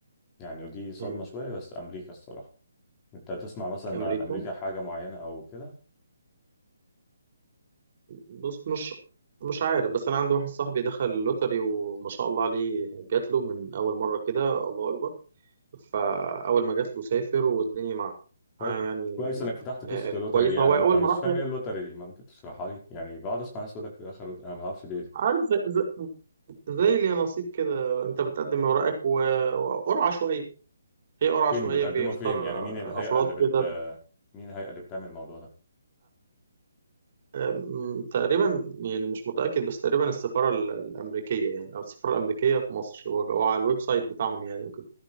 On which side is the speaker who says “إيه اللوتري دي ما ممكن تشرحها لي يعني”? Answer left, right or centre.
Left